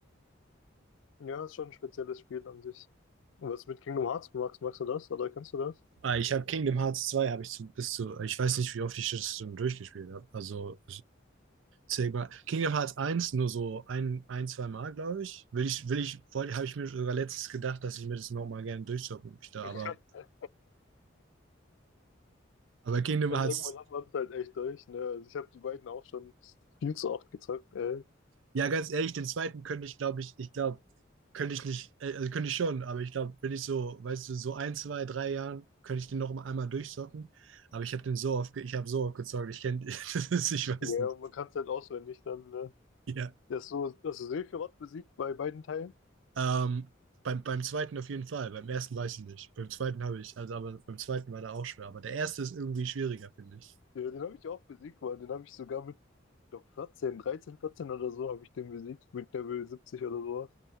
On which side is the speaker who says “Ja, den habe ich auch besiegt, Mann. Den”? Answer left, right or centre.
Left